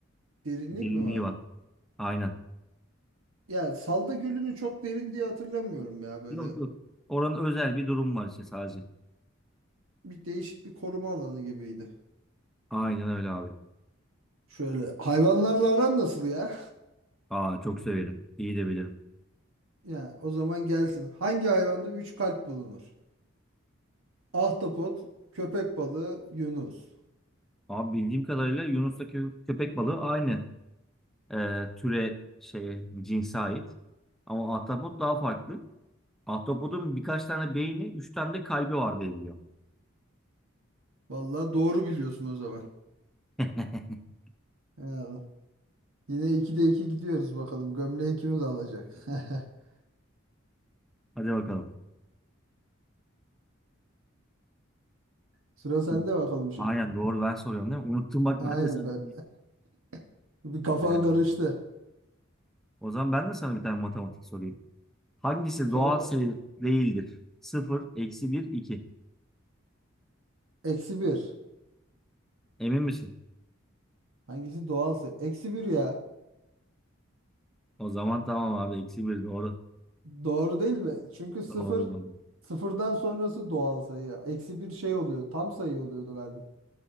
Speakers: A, on the right; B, in the centre.
A: Derinlik
B: Derinliği
A: mi var?
B: var. Aynen.
A: Yani Salda Gölü'nü çok derin diye hatırlamıyorum ya böyle.
B: Yok yok. Oranın özel bir durum var işte sadece.
A: Bir değişik bir koruma alanı gibiydi.
B: Aynen öyle abi.
A: Şöyle hayvanlarla aran nasıl ya?
B: Aa çok severim. İyi de bilirim.
A: Ya o zaman gelsin. Hangi hayvanda 3 kalp bulunur? Ahtapot, köpek balığı, yunus.
B: Abi bildiğim kadarıyla Yunus'taki köpek balığı aynı ee, türe şeye cinse ait. Ama ahtapot daha farklı. Ahtapotun birkaç tane beyni, üç tane de kalbi var diye biliyorum.
A: Vallahi doğru biliyorsun o zaman.
B: <laughs>
A: Ha, Yine 2'de 2 gidiyoruz bakalım. Gömleği kimiz alacak? <laughs>
B: Hadi bakalım.
A: Sıra sende
B: Şimdi-
A: bakalım şimdi.
B: Aynen doğru ben soruyorum değil mi? Unuttum bak
A: Aynen
B: ben de senden.
A: ben. <laughs> Bir kafan
B: Ee,
A: karıştı.
B: o zaman ben de sana bir tane matematik sorayım. Hangisi
A: Sorma.
B: doğal sayı değildir? 0, eksi 1, 2.
A: Eksi bir.
B: Emin misin?
A: Hangisi doğalsa? Eksi bir ya.
B: O zaman tamam abi eksi 1 doğru.
A: Doğru değil mi? Çünkü sıfır
B: Doğru doğru.
A: sıfırdan sonrası doğal sayı. Eksi bir şey oluyor. Tam sayı oluyordu galiba.